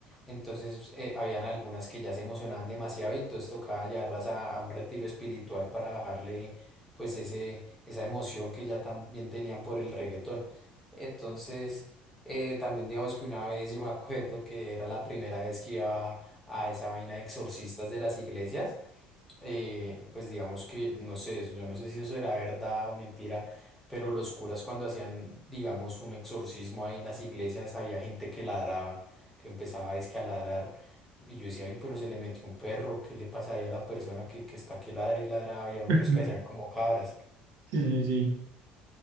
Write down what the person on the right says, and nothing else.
<laughs>
Sí, sí, sí.